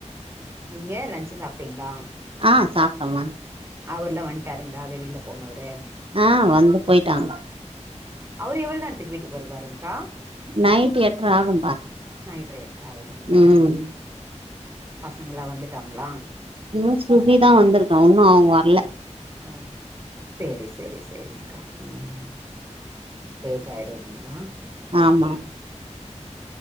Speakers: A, on the right (about 20°); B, on the right (about 50°).
A: ம் நீங்க லஞ்ச்சு சாப்ட்டீங்களா
B: ஆ சாப்ட்டம்மா
A: அவர்லா வன்ட்டாருங்களா வெளியில போனவரு
B: ஆ வந்து போயிட்டாங்க
A: அவரு எவ்வளவு நேரத்துக்கு வீட்டுக்கு வருவாருங்க்கா
B: நைட்டு எட்டற ஆகும்ப்பா
A: நைட் எட்ர ஆயிடுங்களா
B: ம்
A: பசங்களா வந்துட்டாங்களா
B: இன்னு சுபிதா வந்துருக்கா ஒன்னு அவுங்க வர்ல
A: ஓ செரி செரி செரி்ங்கா ம் லேட்டாயிடு இல்லிங்ளா
B: ஆமா